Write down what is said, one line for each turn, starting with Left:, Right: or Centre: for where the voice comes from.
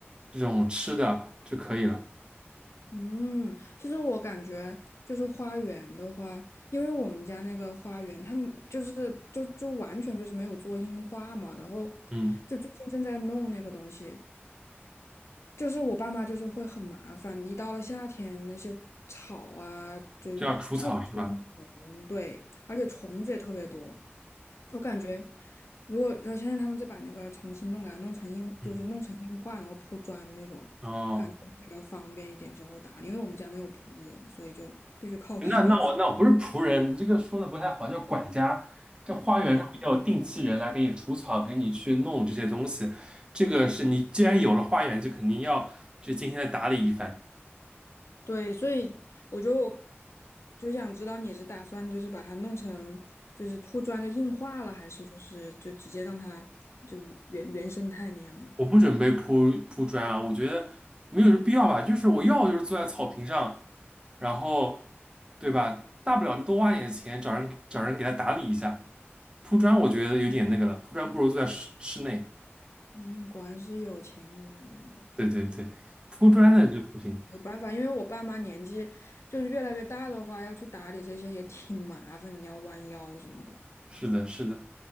Right: 这种吃的就可以了。
Left: 嗯，其实我感觉就是花园的话，因为我们家那个花园，他们就是就就完全就是没有做硬化嘛，然后就最近正在弄那个东西，
Right: 嗯，
Left: 就是我爸妈就是会很麻烦，一到了夏天那些草啊，就是特别喜欢虫，
Right: 就要除草是吧？
Left: 对，而且虫子也特别多。我感觉，如果呃现在他们就把那个重新弄给它弄成硬，
Right: 嗯，
Left: 就是弄成硬化，然后铺砖那种，
Right: 哦。
Left: 感觉比较方便一点之后打理。因为我们家没有仆人，所以就必须靠我爸妈自己
Right: 那那我那我不是仆人，这个说的不太好，叫管家。这花园上面有定期人来给你除草，
Left: 对，
Right: 给你去弄这些东西。这个是你既然有了花园，就肯定要就今天再打理一番。
Left: 对，所以我就就想知道你是打算就是把它弄成就是铺砖就硬化了，还是就是就直接让它就原原生态那样呢？
Right: 我不准备铺铺砖啊，我觉得没有这必要吧。就是我要就是坐在草坪上，然后对吧？大不了就多花点钱找人找人给他打理一下。铺砖我觉得有点那个了，铺砖不如坐在室室内。
Left: 嗯，果然是有钱人，
Right: 对对对，铺砖的就不行。
Left: 没有办法，因为我爸妈年纪就是越来越大的话，要去打理这些也挺麻烦，你要弯腰什么的。
Right: 是的，是的。